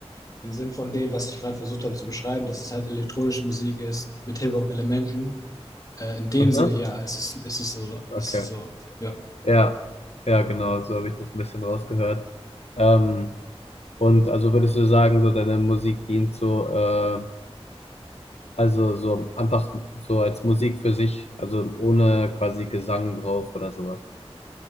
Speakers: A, on the left; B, on the left.
A: im Sinn von dem, was ich gerade versucht habe zu beschreiben, dass es halt elektronische Musik ist mit Hip-Hop-Elementen. Äh, in dem
B: aha,
A: Sinne, ja, es ist, es ist so,
B: okay.
A: es ist so, ja.
B: Ja, ja, genau, so habe ich das ein bisschen rausgehört. Ähm, und also würdest du sagen, so deine Musik dient so, äh, also so einfach so als Musik für sich, also ohne quasi Gesang drauf oder sowas.